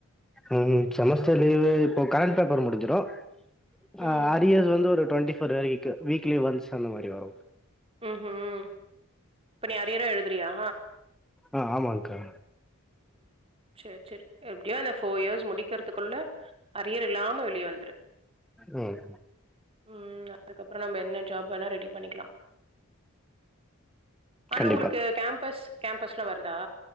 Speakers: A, in the centre; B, on the right.
A: ம் ம் செமஸ்டர் லீவு இப்போ கரண்ட் பேப்பர் முடிஞ்சிரு
B: ம்
A: ஆ அரியர்ஸ் வந்து ஒரு ட்வெண்டி ஃபோர்த் வரைக்கு வீக்லி ஒன்ஸ் அந்த மாரி வரு
B: ம் ம் இப்ப நீ அரியரு எழுதுறியா
A: ஆ ஆமாங்க்கா
B: செரி செரி எப்டியோ இந்த ஃபோர் இயர்ஸ் முடிக்கறதுக்குள்ள அரியர் இல்லாம வெளிய வந்துரு
A: ம்
B: ம் அ அதுக்கப்றொ நம்ம என்ன ஜாப் வேணா ரெடி பண்ணிக்லா. ஆனா
A: கண்டிப்பா
B: ஒங்களுக்கு கேம்பஸ் கேம்ப்பஸ்ல வருதா?